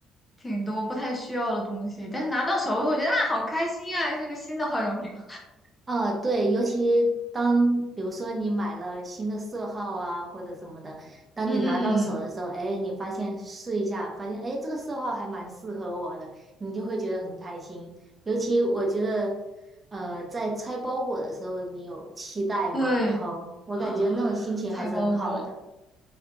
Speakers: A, on the left (about 15°); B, on the right (about 25°).
A: 挺多不太需要的东西，但是拿到手我觉得啊好开心啊，是个新的化妆品啊
B: 呃，对，尤其当比如说你买了新的色号啊，或者什么的，
A: <laughs>
B: 当你拿到手的时候，
A: 嗯嗯嗯，
B: 哎，你发现试一下，发现哎这个色号还蛮适合我的，你就会觉得很开心。尤其我觉得，呃，在拆包裹的时候，你有期待嘛，
A: 对
B: 然后我感觉那种心情还是很好的。
A: 啊，<gasps> 财宝我。